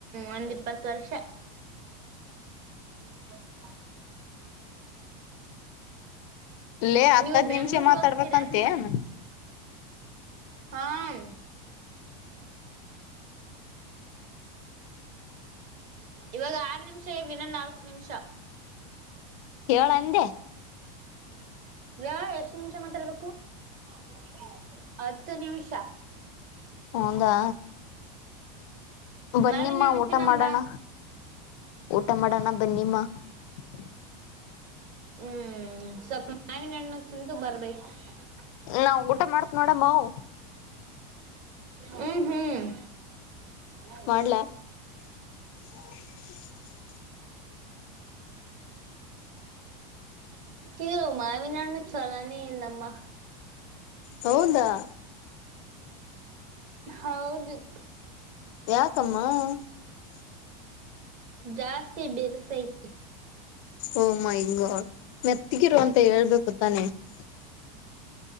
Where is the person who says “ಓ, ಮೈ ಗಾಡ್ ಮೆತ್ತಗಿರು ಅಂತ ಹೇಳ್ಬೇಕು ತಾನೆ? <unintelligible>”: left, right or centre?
Left